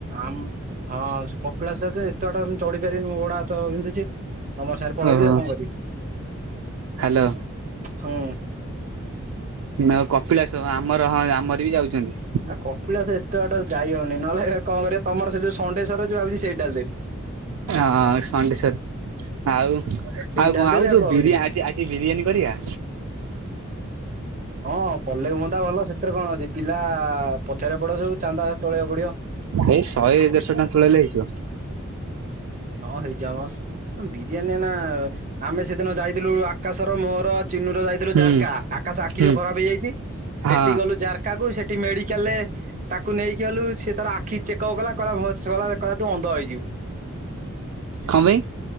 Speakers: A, on the right; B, on the right.
A: ଆମ ହଁ ସେ କପିଳାସ ଯାଉଛନ୍ତି ଏତେ ବାଟ ମୁଁ ଚଢ଼ିପରିବିନି ଗୋଡ଼ ହାତ ପା ବିନ୍ଧୁଛି। ତମର ସାଙ୍ଗରେ ପଳେଇବି
B: ଓହୋ
A: ଆଉ କଣ କରିବି
B: ହାଲୋ।
A: ହଁ ଉଁ।
B: ନା ଅ କପିଳାସ ହଁ ଆମର ହଁ ଆମର ବି ଯାଉଛନ୍ତି।
A: ନା କପିଳାସ ଏତେ ବାଟ ଯାଇ ହବନି ନହେଲେ କଣ କରିବ ତମର ସେ ଯୋଉ ସଣ୍ଡେଶ୍ୱର ଯୋଉ ଭାବୁଛି ସେଇଠି ଢାଳିଦେବି। ହ
B: ହଁ ସଣ୍ଡେଶ୍ୱର ଆଉ
A: ସେଇ
B: ଆଉ
A: ଢାଳିଦେବି
B: କଣ ଆଉ ଯୋଉ ବିରିଆ
A: କରିବି।
B: ଛି ଗିରିୟାନୀ କରିବା?
A: ହଁ କଲେ ହୁଅନ୍ତା ଭଲ ସେଥିରେ କଣ ଅଛି ପିଲା ପଚାରିବା ପଡ଼ିବ ସବୁ ଚାନ୍ଦା ତଳିବାକୁ ପଡ଼ିବ।
B: ସେଇ ଶହେ ଦେଢ଼ଶହ ଟଙ୍କା ତୁଳେଇଲେ ହେଇଯିବ।
A: ହଁ ହେଇଯିବ ଆମସ୍ ବିରିୟାନୀ ନା ଆମେ ସେଦିନ ଯାଇଥିଲୁ ଆକାଶର ମୋର ଚିନୁର ଯାଇ ଥିଲୁ
B: ହୁଁ
A: ଜାରକା ଆକାଶ ଆଖି
B: ହୁଁ
A: ଯୋଉ ଖରାପ ହେଇଯାଇଛି
B: ହଁ
A: ସେଠି ଗଲୁ ଜାରକା କୁ ସେଠି ମେଡିକାଲ ରେ ତାକୁ ନେଇକି ଗଲୁ ସେ ତାର ଆଖି ଚେକ୍ ଅପ୍ କଲା କହିଲା ଭତ୍ ସରି କହିଲି ତୁ ଅନ୍ଧ ହେଇଯିବୁ।
B: କଁ ପାଇଁ?